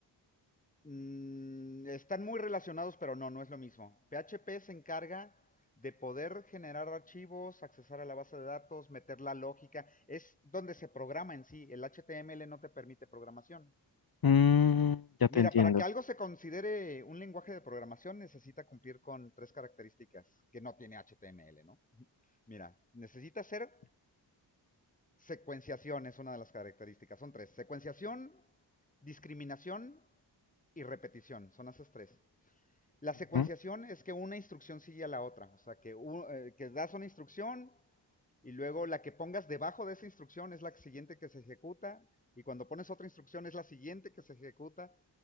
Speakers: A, on the left; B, on the left.
A: Mm, están muy relacionados, pero no, no es lo mismo. PHP se encarga de poder generar archivos, accesar a la base de datos, meter la lógica. Es donde se programa en sí. El HTML no te permite programación.
B: Mm, ya te
A: Mira,
B: entiendo.
A: para que algo se considere un lenguaje de programación necesita cumplir con tres características que no tiene HTML, ¿no? <laughs> Mira, necesita ser secuenciación, es una de las características. Son tres. Secuenciación, discriminación y repetición. Son esas tres. La secuenciación
B: Ujú.
A: es que una instrucción sigue a la otra. O sea, que, u- eh, que das una instrucción y luego la que pongas debajo de esa instrucción es la siguiente que se ejecuta. Y cuando pones otra instrucción es la siguiente que se ejecuta